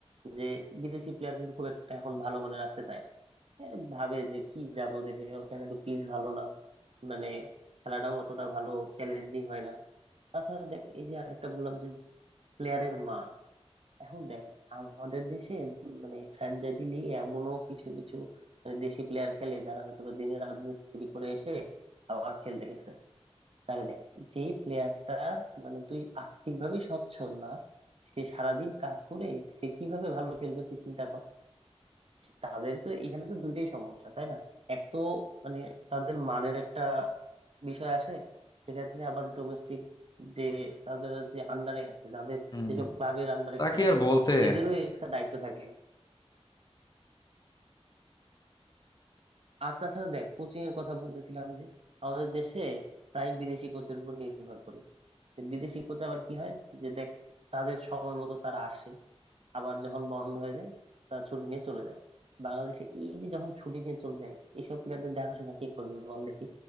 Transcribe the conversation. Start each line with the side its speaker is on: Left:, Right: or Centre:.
Right: যে বিদেশি প্লেয়ার কিন্তু খুব একটা এখন ভালো মানের আসতে চায় না এ ভাবে যে কি যাব দেশে ওখানে তো পিচ ভালো না মানে খেলাটাও অতটা ভালো চ্যালেঞ্জিং হয় না তাছাড়া দেখ এই যে আরেকটা বললাম যে প্লেয়ারের মান এখন দেখ আমাদের দেশে মানে ফ্র্যাঞ্চাইজি লিগে এমনও কিছু কিছু মানে দেশি প্লেয়ার খেলে যারা হয়তো বা দিনে রাজমিস্ত্রি করে এসে আবার খেলতে গেছে তারে দেখ যেই প্লেয়ারটার মানে তুই আর্থিক ভাবে সচ্ছল না সে সারাদিন কাজ করে সে কিভাবে ভালো খেলবে তুই চিন্তা কর তাদের তো এখানে তো দুইটাই সমস্যা তাই না এক তো মানে তাদের মানের একটা বিষয় আসে সেক্ষেত্রে আবার ডোমেস্টিক যে তাদের যে আন্ডারে আছে যাদের
Left: হুম
Right: যেসব ক্লাবের আন্ডারে
Left: তাকে
Right: খেলে
Left: আর বলতে
Right: এদেরও একটা দায়িত্ব থাকে আর তাছাড়া দেখ কোচিং এর কথা বলতেছিলাম যে আমাদের দেশে প্রায় বিদেশি কোচের উপর নির্ভর করি যে বিদেশি কোচ আবার কি হয় যে দেখ তাদের সময় মতো তারা আসে আবার যখন বন্ধ হয়ে যায় তারা ছুটি নিয়ে চলে যায় বাংলাদেশে এই যে যখন ছুটি নিয়ে চলে যায় এইসব প্লেয়ারদের দেখাশোনা কে করবে বল দেখি